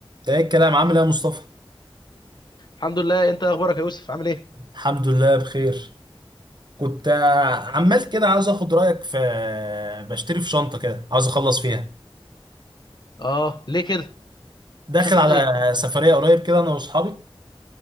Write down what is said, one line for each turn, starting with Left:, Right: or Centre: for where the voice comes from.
Right: ده ايه الكلام عامل ايه يا مصطفى
Left: الحمد لله انت اخبارك يا يوسف عامل ايه
Right: الحمد لله بخير كنت آه، عمال كده عاوز اخد رايك في بشتري في شنطه كده عاوز اخلص فيها
Left: اه ليه كده
Right: داخل
Left: شنطه
Right: على
Left: ايه
Right: سفريه قريب كده انا واصحابي